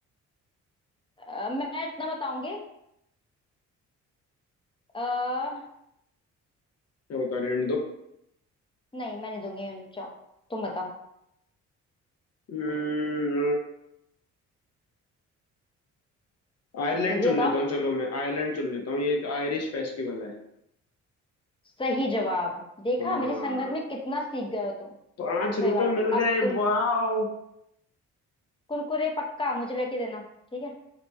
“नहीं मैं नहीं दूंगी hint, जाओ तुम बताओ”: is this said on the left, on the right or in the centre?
Left